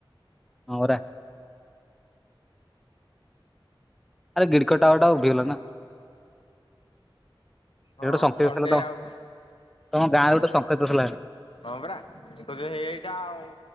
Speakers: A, in the centre; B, on the left.
A: ହରା। ଆରେ ଗିଡ଼ିକଟାଟା ଉଭିଲଲା ନା <unintelligible>
B: ହଁ
A: ସେ ଗୋଟେ ସଂଙ୍କେତ
B: ଖଣ୍ଡେ
A: ଥିଲା ତ ତମ
B: ଆଉ
A: ଗାଁରେ ଗୋଟେ ସଙ୍କେତ ଥିଲା ହେଲା।
B: ହଁ ପରା, <unintelligible> ଏଇଟା ଆଉ